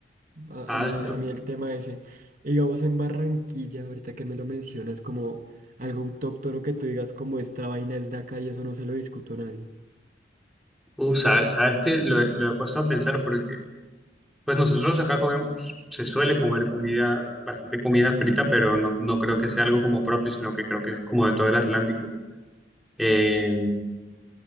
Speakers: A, on the right; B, in the centre.
A: A,
B: Ah,
A: a mí,
B: no.
A: a mí el tema ese. Y Digamos en Barranquilla, ahorita que me lo mencionas, como algo autóctono que tú digas como esta vaina es de acá y eso no se lo discuto a nadie.
B: Uh, sabes, sabes que lo, he lo he puesto a pensar porque, pues nosotros acá comemos, se suele comer comida, bastante comida frita, pero no, no creo que sea algo como propio, sino que creo que es como de todo el Atlántico. Eh,